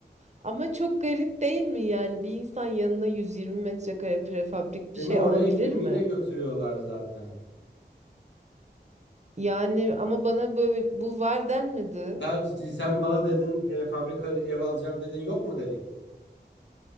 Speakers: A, on the right (about 40°); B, on the left (about 85°).
A: ama çok garip değil mi yani bir insan yanına 120 metrekare prefabrik
B: Seni
A: bir şey
B: oraya
A: alabilir
B: gemiyle
A: mi?
B: götürüyorlar zaten.
A: Yani ama bana böyle bu var denmedi.
B: Sen, sen bana dedin prefabrik ev alacağım dedin yok mu dedik.